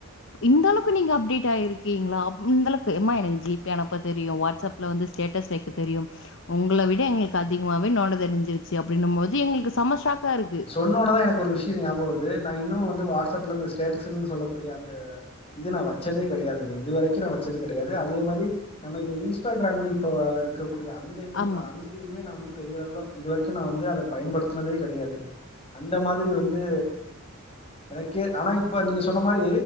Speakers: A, on the left; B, on the left.
A: இந்தளவ்க்கு நீங்க அப்டேட் ஆயிருக்கீங்ளா ம் இந்தளக்கு எம்மா எனக்கு ஜி பே அனுப்ப தெரியு வாட்ஸ் அப் ல வந்து ஸ்டேஸ் வைக்க தெரியு உங்ள விட எங்ளுக் அதிக்மாவே நோண்ட தெரிஞ்சிரு சி அப்டின்னும் மோது எங்ளுக்கு சம்ம ஷாக்கா இருக்கு
B: உன்னோனதா எனக்கு ஒரு விஷ்ய ஞாப வருது நா இன்னு வந்து வாட்ஸ் அப்ல இந்த ஸ்டேட்டஸ்ன் சொல்லக்கூடிய அந்த இது நா வச்சதே கெடையாதுங்க இது வரைக்கு நா வச்சது கெடையாது அதே மாரி நம்ம இந்த இன்ஸ்டாகிராமு இப்ப ருக்கக்கூடிய அந்த இது
A: ஆமா
B: அந்த இதுமே நா வந்து பெரிய அளவுல இது வரைக்கு நா வந்து அத பயன்படுத்துனதே கெடையாது அந்த மாதிரி வந்து எனக்கே ஆனா இப்ப நீங்க சொன்ன மாரி